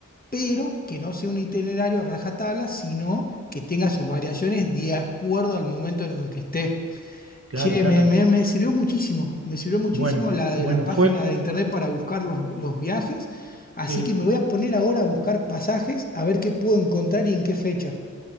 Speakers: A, on the left; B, on the right.
A: pero que no sea un itinerario a rajatabla, sino que tenga sus variaciones de acuerdo al momento en el que esté.
B: Claro,
A: Che,
B: claro.
A: me, me- me sirvió muchísimo, me sirvió muchísimo
B: Bueno,
A: la
B: bueno,
A: de la página
B: fue...
A: de internet para buscar los, los viajes, así
B: Sí,
A: que me voy a poner ahora a buscar pasajes, a ver qué puedo encontrar y en qué fecha.